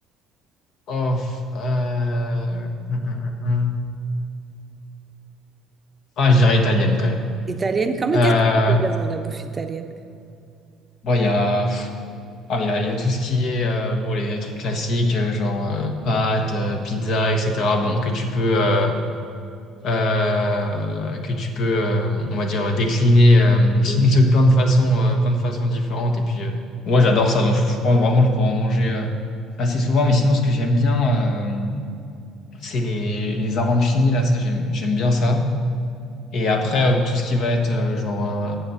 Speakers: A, on the left; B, on the right.
A: Oh, f- euh, hum, hum, hum, hum. Ah, je dirais italienne quand même.
B: Italienne, quand même,
A: Euh,
B: qu'est-ce que tu veux dire dans la bouffe italienne?
A: bon, il y a. Ah, il y a, il y a tout ce qui est euh, bon les trucs classiques euh, genre euh, pâtes, euh, pizza, etc. Bon que tu peux euh, euh, que tu peux euh, on va dire décliner euh, <laughs>
B: Mm.
A: de plein de façons euh, plein de façons différentes et puis euh, moi j'adore ça donc je, je pense vraiment je pourrais en manger euh, assez souvent mais sinon ce que j'aime bien euh, c'est les les arancini là ça j'aime j'aime bien ça. Et après, euh, tout ce qui va être euh, genre euh,